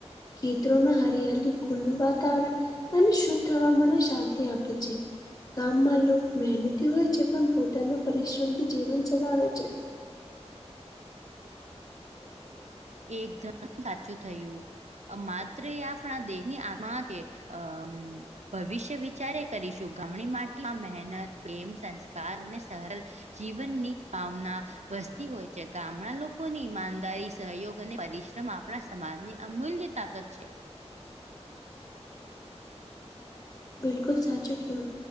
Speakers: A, on the left (about 35°); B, on the right (about 80°).
A: ખેતરોમાં હરિયાલી ખુલ્લું વાતાવરણ અને શુદ્ધ હવા મને શાંતિ આપે છે. ગામમાં લોકો મહેનતી હોય છે પણ પોતાના પરિશ્રમથી જીવન ચલાવે છે.
B: એકદમ સાચું થયું. અ માત્ર એ આપણા દેહની આત્મા કે અ મ ભવિષ્ય વિચારે કરીશું ગમણી માટીમાં મહેનત પ્રેમ સંસ્કાર અને સરલ જીવનની ભાવના વસતી હોય છે. ગામનાં લોકોની ઈમાનદારી સહયોગ અને પરિશ્રમ આપણા સમાજની અમૂલ્ય તાકત છે.
A: બિલકુલ સાચું કહ્યું.